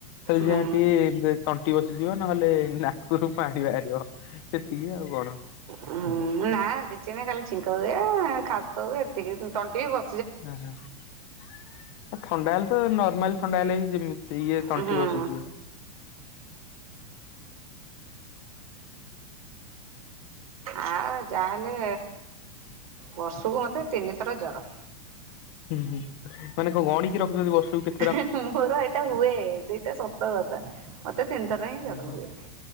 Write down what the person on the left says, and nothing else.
ଲେ
ଯା ଟିକେ ତଣ୍ଟି ବସିଯିବ ନହେଲେ ନାକରୁ ପାଣି ବାହାରିବ ସେତିକି ଆଉ ବଡ?
ଓ ହ ଥଣ୍ଡା ହେଲେ ତ ନର୍ମାଲ ଥଣ୍ଡା ହେଲେ ଯେମିତି ତି ଇଏ ତଣ୍ଟି
ବସିଯିବ।
ହୁଁ ହୁଁ ମାନେ କଣ ଗଣିକି ରଖୁଛନ୍ତି ବର୍ଷକୁ କେତେ
ଓହୋ